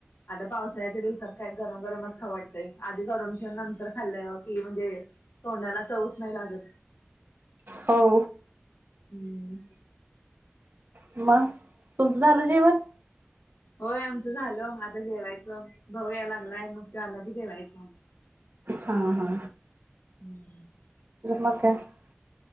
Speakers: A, on the left; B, on the right.
A: आता पावसाळ्याच्या दिवसात काय गरम गरमच खावडतंय आधी गरून ठेन नंतर खाल्लं की म्हणजे तोंडाला चवच नाही लागत.
B: हो.
A: हम्.
B: म तुमचं झालं जेवण?
A: होय आमचं झालं आता जेवायचं भाऊ यायला लागलंय मग कि आलं की जेवायचं.
B: हा हा.
A: हम्म.
B: <unintelligible>